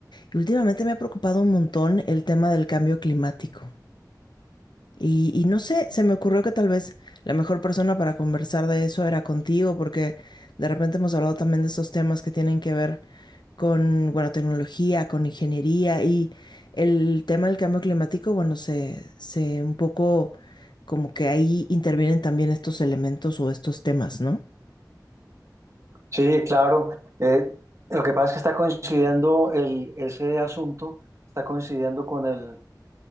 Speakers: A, on the left; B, on the right.
A: y últimamente me ha preocupado un montón el tema del cambio climático. Y, y no sé, se me ocurrió que tal vez la mejor persona para conversar de eso era contigo, porque de repente hemos hablado también de estos temas que tienen que ver con, bueno, tecnología, con ingeniería y el tema del cambio climático, bueno, se, se un poco como que ahí intervienen también estos elementos o estos temas, ¿no?
B: Sí, claro. eh, lo que pasa es que está coincidiendo el, ese asunto, está coincidiendo con el,